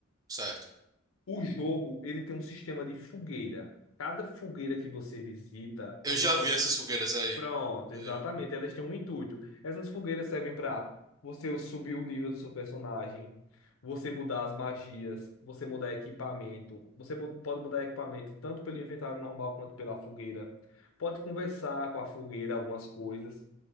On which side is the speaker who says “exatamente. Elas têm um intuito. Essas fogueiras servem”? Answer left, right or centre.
Left